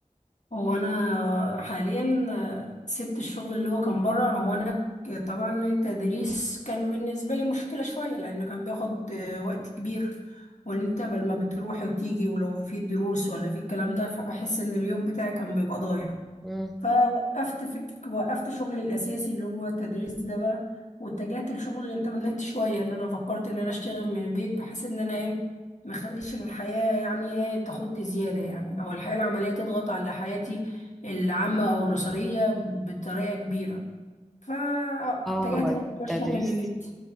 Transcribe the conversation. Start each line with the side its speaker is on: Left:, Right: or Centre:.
Left: هو انا حاليا آه، سبت الشغل اللي هو كان بره هو انا ك- طبعا التدريس كان بالنسبة لي مشكلة شوية لانه كان بياخد آه، وقت كبير وان انت بل ما بتروحي وتيجي ولو في دروس ولا في الكلام ده فبحس ان اليوم بتاعي كان بيبقى ضايع
Centre: مم.
Left: فوقفت فك... وقفت شغلي الأساسي اللي هو التدريس ده بقى واتجهت لشغل الإنترنت شوية إن أنا فكرت إن أنا أشتغل من البيت بحيث إن أنا إيه مخليش الحياة يعني إيه تاخد زيادة يعني أو الحياة العملية تضغط على حياتي العامة أو الأسرية بطريقة كبيرة فاتجهت
Centre: اه هو التدريس
Left: لموضوع الشغل للنت